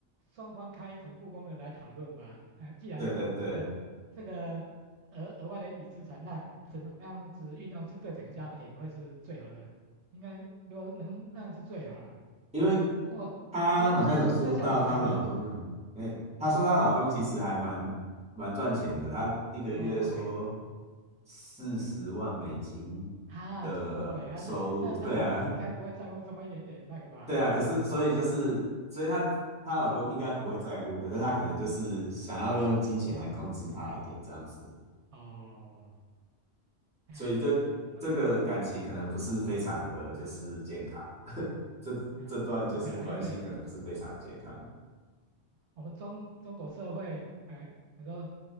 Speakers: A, on the right; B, in the centre.
A: 双方开诚布公的来讨论吧。呃，既然有这个这个额额外的一笔资产，
B: 对对对。
A: 那怎么样子运用是对整个家庭会是最好的？应该如果能那样是最好了。
B: 因为
A: 不过，
B: 她好像有说到她老公啊，
A: 不过就像我们讲的，嗯，
B: 哎，她说她老公其实还蛮蛮赚钱的，他一个月说
A: 哦，OK，
B: 四十万美金
A: 啊，
B: 的收入，
A: 这么多嘞啊，那那她老公应该不会在乎这么一点点那个吧？
B: 对啊，对啊，
A: <laughs>
B: 可是所以就是，所以她她老公应该不会在乎，可是她可能就是想要用金钱来控制她一点这样子，
A: 嗯，哦，哎，
B: 所以这这个感情可能不是非常的就是健康，
A: 我们。
B: <laughs> 这这段就是关系可能不是非常的健康。
A: 啊不会啊，因为我们中中国社会，哎、你说